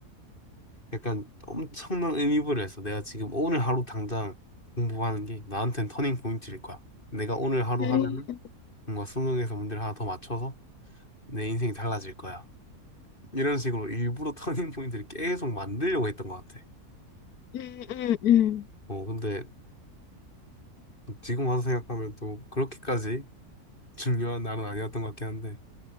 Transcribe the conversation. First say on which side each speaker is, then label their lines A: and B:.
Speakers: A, on the left; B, on the left.
A: 약간 엄청난 의미부여했어. 내가 지금 오늘 하루 당장 공부하는 게 나한테는 터닝 포인트일 거야. 내가 오늘 하루
B: 음.
A: 하면은 뭔가 수능에서 문제를 하나 더 맞춰서 내 인생이 달라질 거야. 이런 식으로 일부러 <laughs> 터닝 포인트를 계속 만들려고 했던 것 같아.
B: 음, 음, 음.
A: 어, 근데 지금 와서 생각하면 또 그렇게까지 <laughs> 중요한 날은 아니었던 것 같긴 한데,